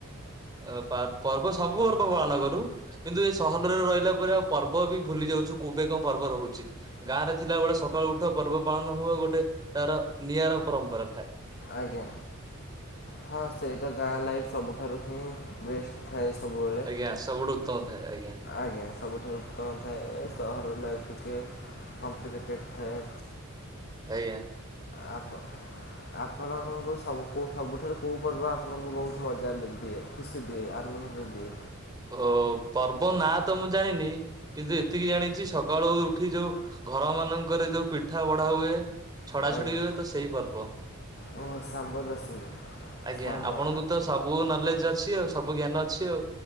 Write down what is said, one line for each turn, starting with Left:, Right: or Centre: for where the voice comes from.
Right: ଅ ପର୍ବ ସବୁ ପର୍ବ ପାଳନ କରୁ। କିନ୍ତୁ ଏ ସହରରେ ରହିଲା ପରେ ଆଉ ପର୍ବ ବି ଭୁଲି ଯାଉଚର କେବେ କଣ ପର୍ବ ରହୁଚି। ଗାଁ ରେ ଥିଲା ବେଳେ ସକାଳୁ ଉଠ ପର୍ବ ପାଳନ ହୁଅ ଗୋଟେ ତାର ନିଆରା ପରମ୍ପରା ଥାଏ।
Left: ଆଜ୍ଞା। ହଁ ସେଇଟା ଗାଁ ଲାଇଫ୍ ସବୁଠାରୁ ହିଁ ବେଷ୍ଟ ଥାଏ ସବୁବେଳେ।
Right: ଆଜ୍ଞା ସବୁଠୁ ଉତ୍ତମ ଥାଏ ଆଜ୍ଞା
Left: ଆଜ୍ଞା ସବୁଠାରୁ ଉତ୍ତମ ଥାଏ ଏ ସହର ଲାଇଫ୍ ଟିକେ କମ୍ପ୍ଲିକେଟେଡ୍ ଥାଏ।
Right: ଆଜ୍ଞା।
Left: ଆପ ଆପଣଙ୍କୁ ସବୁ ସବୁଠାରୁ କଉ ପର୍ବ ଆପଣଙ୍କୁ ବହୁତ ମଜା ଲାଗି ଦିଏ ଖୁସି ଦିଏ ଆନନ୍ଦ ଦିଏ?
Right: ଓ ପର୍ବ ନାଁ ତ ମୁଁ ଜାଣିନି କିନ୍ତୁ ଏତିକି ଜାଣିଛି ସକାଳୁ ଉଠି ଯୋଉ ଘର ମାନଙ୍କରେ ଯୋଉ ପିଠା ବଢା ହୁଏ। ଛଡା
Left: ଆଜ୍ଞା।
Right: ଛଡି ହୁଏ ତ ସେଇ ପର୍ବ
Left: ଓ ସାମ୍ବଦଶୀ
Right: ଆଜ୍ଞା
Left: ସାମ୍ବ
Right: ଆପଣଙ୍କୁ ତ ସବୁ ନଲେଜ ଅଛି ଆଉ ସବୁ ଜ୍ଞାନ ଅଛି ଆଉ।